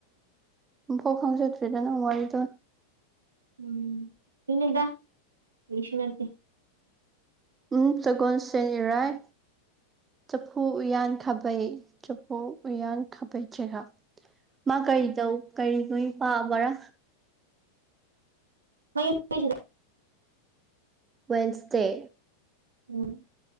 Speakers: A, on the right; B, on the right.
A: ꯑꯝ ꯐꯥꯎ ꯈꯪꯖꯗ꯭ꯔꯤꯗ ꯅꯪ ꯋꯥꯔꯤꯗꯣ
B: ꯎꯝ ꯗꯨꯅꯤꯗ ꯀꯩꯁꯨ ꯅꯇꯦ
A: ꯎꯝ ꯁꯒꯣꯟ ꯁꯦꯟ ꯢꯔꯥꯏ ꯆꯐꯨ ꯎꯌꯥꯟ ꯈꯥꯕꯩ ꯆꯐꯨ ꯎꯌꯥꯟ ꯈꯥꯕꯩ ꯆꯦꯒꯞ ꯃꯥ ꯀꯔꯤ ꯇꯧ ꯀꯔꯤ ꯅꯣꯏ ꯄꯥꯕꯔꯥ
B: ꯃꯌꯨ ꯍꯥꯏꯁꯤꯗꯤ
A: ꯋꯦꯟꯁꯇꯦ
B: ꯎꯝ